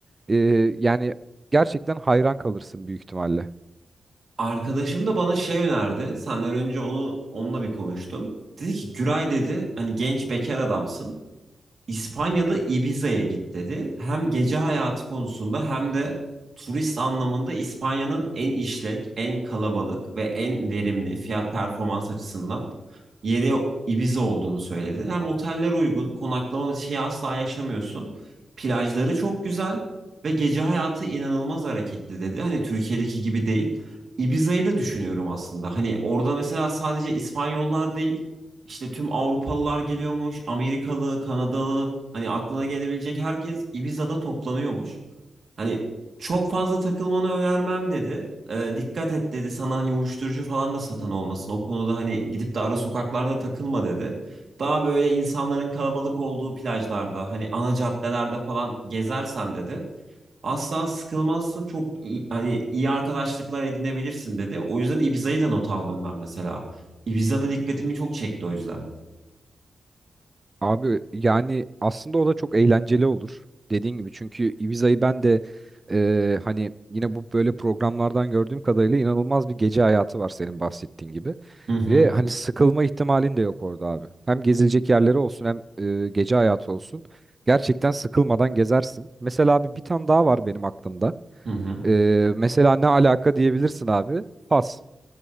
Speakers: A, on the right; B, on the right.
A: E, yani gerçekten hayran kalırsın büyük ihtimalle.
B: Arkadaşım da bana şey önerdi. Senden önce onu onunla bir konuştum. Dedi ki Güray dedi hani genç bekar adamsın. İspanya'da Ibiza'ya git dedi. Hem gece hayatı konusunda hem de turist anlamında İspanya'nın en işlek, en kalabalık ve en verimli fiyat performans açısından yeri Ibiza olduğunu söyledi. Hem oteller uygun, konaklama şeyi asla yaşamıyorsun. Plajları çok güzel ve gece hayatı inanılmaz hareketli dedi. Hani Türkiye'deki gibi değil. Ibiza'yı da düşünüyorum aslında. Hani orada mesela sadece İspanyollar değil, işte tüm Avrupalılar geliyormuş, Amerikalı, Kanadalı, hani aklına gelebilecek herkes Ibiza'da toplanıyormuş. Hani çok fazla takılmanı önermem dedi. Ee, dikkat et dedi sana hani uyuşturucu falan da satan olmasın. O konuda hani gidip de ara sokaklarda takılma dedi. Daha böyle insanların kalabalık olduğu plajlarda, hani ana caddelerde falan gezersen dedi. Asla sıkılmazsın. Çok iyi- hani iyi arkadaşlıklar edinebilirsin dedi. O yüzden Ibiza'yı da not aldım ben mesela. Ibiza'da dikkatimi çok çekti o yüzden.
A: Abi yani aslında o da çok eğlenceli olur. Dediğin gibi çünkü Ibiza'yı ben de e, hani yine bu böyle programlardan gördüğüm kadarıyla inanılmaz bir gece hayatı var senin bahsettiğin gibi.
B: Hı hı.
A: Ve hani sıkılma ihtimalin de yok orada abi. Hem gezilecek yerleri olsun hem e, gece hayatı olsun. Gerçekten sıkılmadan gezersin. Mesela abi bir tane daha var benim aklımda.
B: Hı hı.
A: E, mesela ne alaka diyebilirsin abi? Fas.